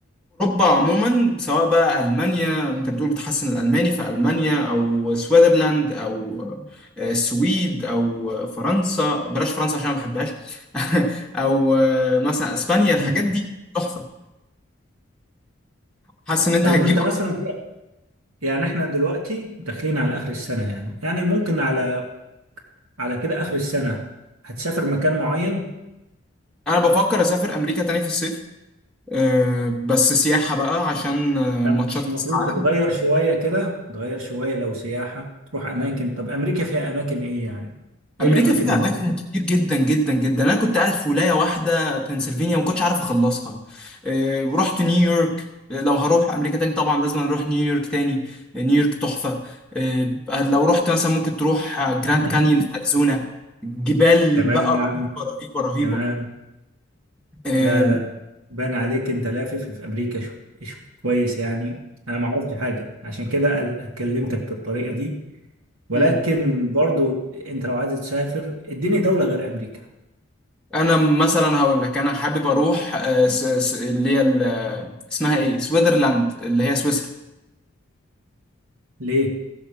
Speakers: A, in the centre; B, on the right (about 85°).
A: عموما سواء بقى المانيا انت بتقول بتحسن الالماني في المانيا او سويسرلاند او آه، السويد او فرنسا بلاش فرنسا عشان ما بحبهاش <laughs> او آه، مثلا اسبانيا الحاجات
B: <laughs>
A: دي تحفه حاسس ان انت
B: طب
A: هتجيب
B: وانت مثلا في يعني احنا دلوقتي داخلين على اخر السنة يعني يعني ممكن على على كده اخر السنة هتسافر مكان معين
A: انا بفكر اسافر امريكا تاني في الصيف أه بس سياحه بقى عشان آه،
B: ده
A: ماتشات
B: مش المفروض
A: كاس العالم
B: تتغير شوية كده تغير شوية لو سياحة تروح أماكن طب أمريكا فيها أماكن إيه يعني؟ إيه
A: امريكا
B: الأماكن
A: فيها
B: اللي
A: اماكن كتير جدا جدا جدا انا كنت قاعد في ولايه واحده بنسلفانيا ما كنتش عارف اخلصها أه رحت نيويورك آه، لو هروح امريكا تاني طبعا لازم اروح نيويورك تاني آه، نيويورك تحفه أه آه، لو رحت مثلا ممكن تروح آه، جراند
B: <laughs>
A: كانيون في اريزونا جبال
B: تمام
A: بقى
B: يا
A: رهيبه
B: عم
A: رهيبه رهيبه
B: تمام
A: أه
B: لا لا بان عليك أنت لافف في أمريكا شو. شو كويس يعني أنا ما عرفتش حاجة عشان كده أنا كلمتك بالطريقة دي ولكن
A: مم.
B: برضو أنت لو عايز تسافر اديني دولة غير أمريكا
A: انا مثلا هقول لك انا حابب اروح آه، س- س- اللي هي ال- آه، اسمها ايه سويسرلاند اللي هي سويسرا
B: ليه؟